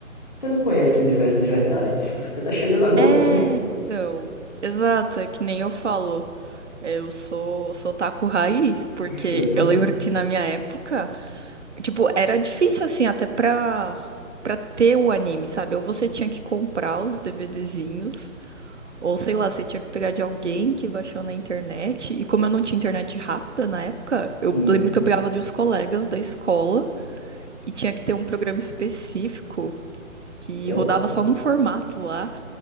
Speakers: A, on the left (about 35°); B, on the right (about 60°).
A: Você não conhece o universo de verdade. Você tá chegando agora.
B: É, então. Exato, é que nem eu falo. Eu sou, sou taco raiz, porque
A: <laughs> Eu também.
B: eu lembro que na minha época, tipo, era difícil assim, até pra, pra ter o anime, sabe? Ou você tinha que comprar os DVDzinhos, ou sei lá, você tinha que pegar de alguém que baixou na internet. E como eu não tinha internet rápida na época, eu
A: Sim.
B: lembro que eu pegava de uns colegas da escola e tinha que ter um programa específico. Que
A: Eu,
B: rodava só num formato lá.